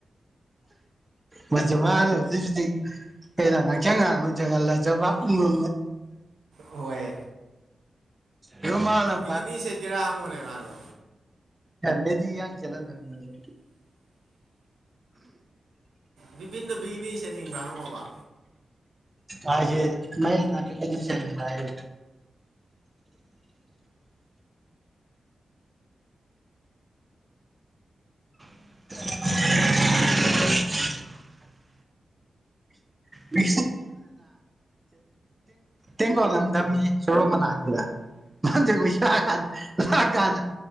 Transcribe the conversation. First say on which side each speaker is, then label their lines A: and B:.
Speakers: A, on the right; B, on the right.
A: ꯃ ꯃꯥꯅ ꯑꯗꯨ ꯀ ꯀꯉ ꯆꯒꯂ ꯎ ꯃ
B: ꯍꯣꯏ
A: ꯍ ꯃꯥꯂꯝ
B: ꯒꯤꯅꯤ ꯁꯦꯠꯀꯔꯒꯣꯅꯦ ꯃꯥꯗꯣ
A: ꯃꯦꯗꯤ ꯌꯥ ꯆꯂꯦꯟ ꯍꯧꯖꯤ
B: ꯕꯤꯚꯤꯟꯅ ꯕꯤꯒꯅꯤꯁꯦꯅꯤꯡꯕ꯭ꯔꯥ ꯍꯪꯉꯣꯕ
A: ꯍꯥꯏꯁꯦ ꯃ ꯆꯔ <inaudible> ꯃꯤ ꯇꯦꯡꯒꯣꯜ ꯑꯗꯨꯝ ꯊꯝ ꯁꯣꯣꯔꯣ ꯃꯅꯥꯆꯗꯖ ꯄꯣꯏꯁꯥ ꯂꯥꯛꯀꯥꯟ